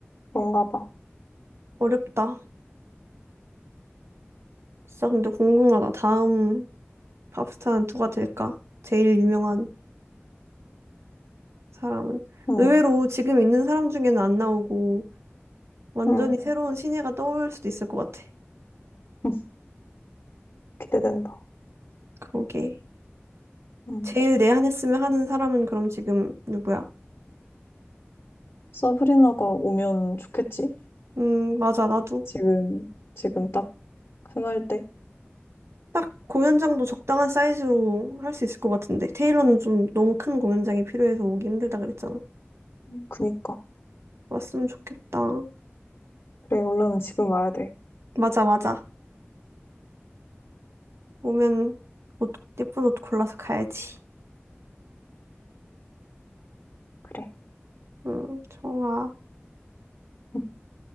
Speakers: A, on the left; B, on the right.
A: 그런가 봐.
B: 어렵다. 진짜 근데 궁금하다. 다음 팝스타는 누가 될까? 제일 유명한 사람은.
A: 음,
B: 의외로 지금 있는 사람 중에는 안 나오고, 완전히
A: 음,
B: 새로운 신예가 떠올 수도 있을 것 같아.
A: <laughs> 기대된다.
B: 그러게.
A: 음.
B: 제일 내한했으면 하는 사람은 그럼 지금 누구야?
A: 서브리나가 오면 좋겠지?
B: 음, 맞아. 나도
A: 지금 지금 딱 흥할 때.
B: 딱 공연장도 적당한 사이즈로 할 수 있을 것 같은데. 테일러는 좀 너무 큰 공연장이 필요해서 오기 힘들다 그랬잖아.
A: 그니까.
B: 왔으면 좋겠다.
A: 그래, 올라면 지금 와야 돼.
B: 맞아, 맞아. 오면 옷, 예쁜 옷 골라서 가야지.
A: 그래.
B: 응 좋아.
A: 음,